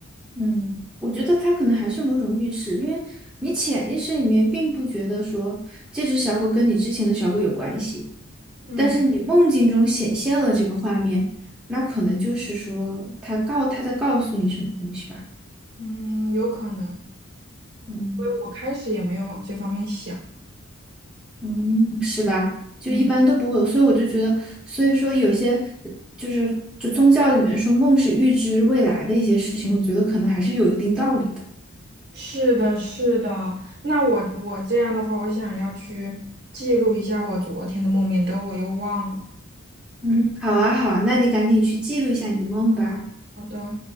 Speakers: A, in the centre; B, on the right.
A: 嗯，我觉得它可能还是某种预示，因为你潜意识里面并不觉得说这只小狗跟你之前的小狗有关系。
B: 嗯
A: 但是你梦境中显现了这个画面，那可能就是说他告他在告诉你什么东西吧？
B: 嗯，有可能，
A: 嗯
B: 因为我开始也没有往这方面想。
A: 嗯，是吧？就一般都不会有所以我就觉得，
B: 嗯
A: 所以说有些呃就是就宗教里面说梦是预知未来的一些事情，我觉得可能还是有一定道理的。
B: 是的，是的。那我我这样的话，我想要去记录一下我昨天的梦，免得我又忘了。
A: 嗯，好啊，好啊，那你赶紧去记录一下你的梦吧。
B: 好的。